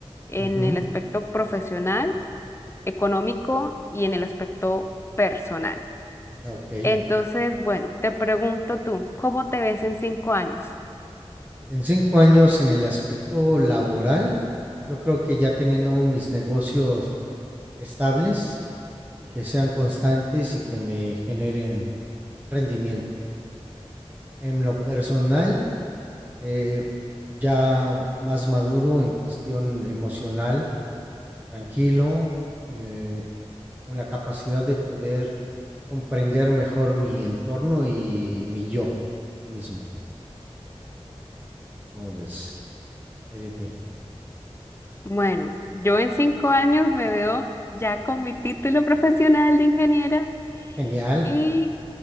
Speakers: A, on the left; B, on the right.
A: en
B: ujú,
A: el aspecto profesional económico y en el aspecto personal.
B: Ok.
A: Entonces, bueno, te pregunto tú, ¿cómo te ves en cinco años?
B: En cinco años en el aspecto laboral, yo creo que ya teniendo mis negocios estables y que sean constantes y que me generen rendimiento. En lo personal, eh, ya más maduro en cuestión emocional, tranquilo, eh, con la capacidad de poder comprender mejor mi entorno y mi yo mismo. ¿Cómo ves? Edith?
A: Bueno, yo en cinco años me veo ya con mi título profesional de ingeniera
B: Genial,
A: y